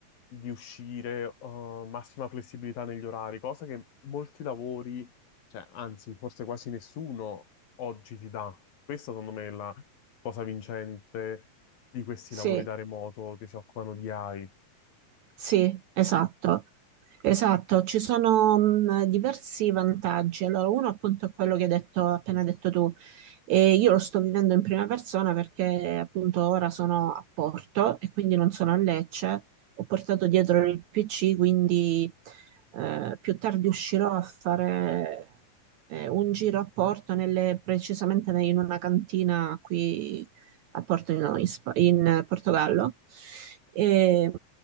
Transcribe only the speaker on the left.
di uscire, eh, massima flessibilità negli orari, cosa che molti lavori, cioè, anzi, forse quasi nessuno oggi ti dà. Questa, secondo me, è la cosa vincente di questi
lavori da remoto che si occupano di AI.